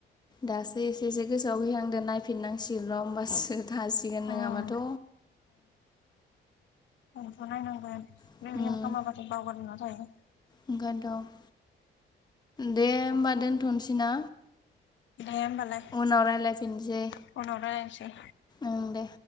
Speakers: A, on the left; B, on the left.
A: दासो एसे एसे गोसोआवहहांदो नायफिनांसिग न' होमबासो थासिगोन
B: ओं
A: नङाबाथ'
B: आथ' नायनांगोन
A: उम
B: रिमिम खालामाबाथ' बावगारना जायो
A: ओंखायनोथ' दे होमबा दोनथ'सै ना
B: दे होमबालाय
A: उनाव रायलायफिनसै
B: उनाव रायलायनोसै
A: ओं दे